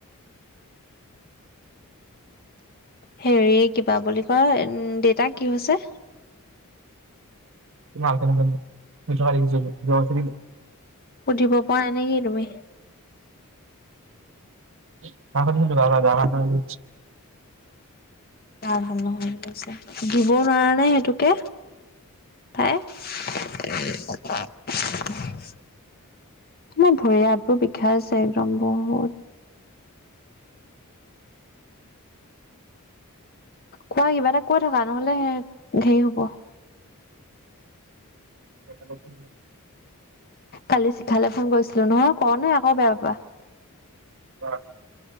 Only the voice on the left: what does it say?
হেৰি কিবা বুলি কয়, দেউতাৰ কি হৈছে?
সুধিব পৰা নেকি তুমি।
গা ভাল নহয় বুলি কৈছে। দিবওঁ নোৱাৰানে সেইটোকে। ঠে <unintelligible> তোমাৰ ভৰি হাতবোৰ বিষাই আছে একদম বহুত। কোৱা কিবা এটা কৈ থকা, নহ'লে হেৰি হ'ব।
কালি শিখালে ফোন কৰিছিলোঁ নহয় কওঁ নে আকৌ বেয়া পাবা।